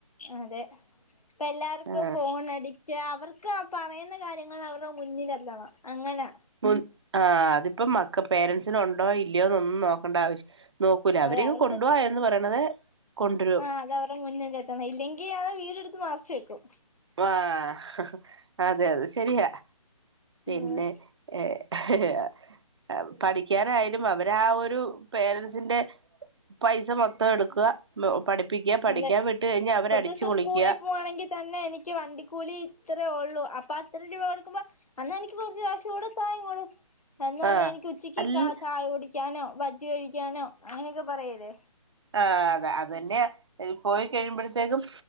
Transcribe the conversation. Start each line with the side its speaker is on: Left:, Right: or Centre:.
Left: അതെ പ്പൊ എല്ലാർക്കും
Right: ആ
Left: ഫോൺ അഡിക്റ്റാ അവർ ക്കാ പറയുന്ന കാര്യങ്ങള് അവർടെ മുന്നിലെത്തണം അങ്ങനാ
Right: മും ആ അതിപ്പം മക്ക പേരൻറ്സിനൊണ്ടോ ഇല്ല്യയോന്നൊന്നും നോക്കണ്ട ആവശ്യം നോക്കൂല്ല
Left: അതെ
Right: അവര്
Left: അവർക്ക്
Right: കൊണ്ടുവാ എന്ന് പറയണത് കൊണ്ടുവരും
Left: ആ അതവർടെ മുന്നിലെത്തണം ഇല്ലെങ്കി അത് വീടെടുത്ത് മറിച്ചു വെക്കും
Right: വാ ഹ ഹ അതെയതെ ശെരിയാ പിന്നെ
Left: ഉം
Right: ഏഹ് പഠിക്കാനായാലും അവരാ ഒരു പേരൻസിന്റെ പൈസ മൊത്തം എടുക്കുക പഠിപ്പിക്കുക പഠിക്കാൻ
Left: അതെ
Right: വിട്ടു കഴിഞ്ഞാ അവരടിച്ചു
Left: ഒരു ദിവസം
Right: പൊളിക്ക്യാ
Left: സ്കൂളിൽ പോവാണെങ്കിൽ തന്നെ എനിക്ക് വണ്ടിക്കൂലി ഇത്രേ ഒള്ളൂ അപ്പാ ഇത്ര രൂപ കൊടുക്കുമ്പോ അന്നാ എനിക്ക് കുറച്ച് കാശുംകൂട താ ഇങ്ങട് എന്നാ
Right: ആഹ്
Left: ഞി എനിക്ക് ഉച്ചയ്ക്ക്
Right: അല്ല
Left: കാ ചായ കുടിക്കാനോ ബജ്ജി കഴിക്കാനോ അങ്ങനെയൊക്കെ പറയല്ലേ
Right: ആഹ് അതെ അത് തന്നെയാ പോയി കഴിയുമ്പോഴത്തേക്കും